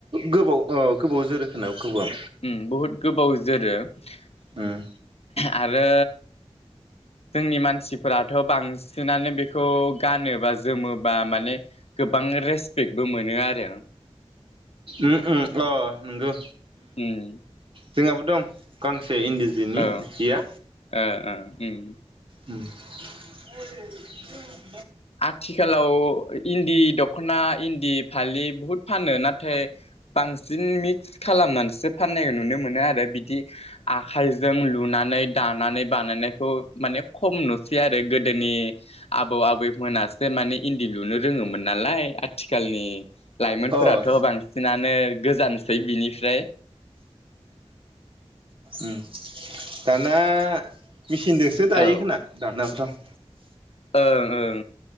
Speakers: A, on the right; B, on the left.
A: गोबाव ओ गोबाव जोरो खोमा गोबाव
B: ओं बुहुत गोबाव जोरो <unintelligible>
A: ओम
B: आरो जोंनि मानसिफोराथ' बांसिनानो बेखौ गानोबा जोमोबा माने गोबां रेसपेक्टबो मोनो आरो
A: ओ ओम अ नोंगौ
B: उम
A: जोंहाबो दं गां से इन्दि जिनि
B: औ
A: जिया
B: ओ ओ उम
A: उम <unintelligible>
B: आथिखालाव इन्दि दख'ना इन्दि फालि बहुद फानो नाथाय बांसिन मिक्स खालामनानैसो फाननायखौ नुनो मोनो आरो बिदि आखाइजों लुनानै दानानै बानायनायखौ माने खम नुसै आरो गोदोनि आबौ आबै मोनासो माने इन्दि लुनो रोङोमोन नालाय आथिखालनि लाइमोनफोराथ'
A: अ
B: बांसिन बिनानो गोजानसै बिनिफ्राय
A: उम दाना मेचिनजोंसो दायो
B: औ
A: खोना दानाफ्रा <inaudible>
B: ओं ओं